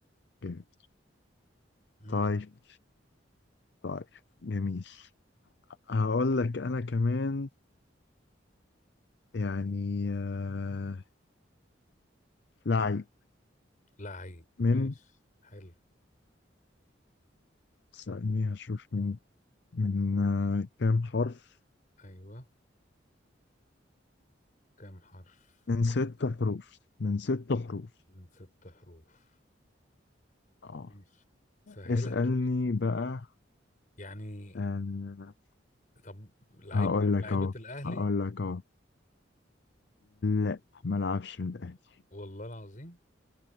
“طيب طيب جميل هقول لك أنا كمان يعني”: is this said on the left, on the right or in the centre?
Left